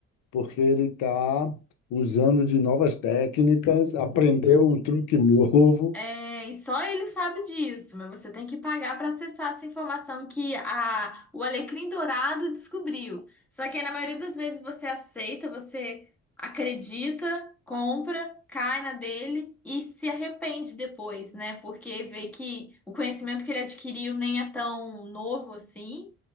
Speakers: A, on the left (about 90°); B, in the centre.
A: porque ele está usando de novas técnicas, aprendeu um truque novo.
B: É, e só ele sabe disso, mas você tem que pagar para acessar essa informação que a, o Alecrim Dourado descobriu. Só que aí, na maioria das vezes você aceita, você acredita, compra, cai na dele e se arrepende depois, né? Porque vê que o conhecimento que ele adquiriu nem é tão novo assim.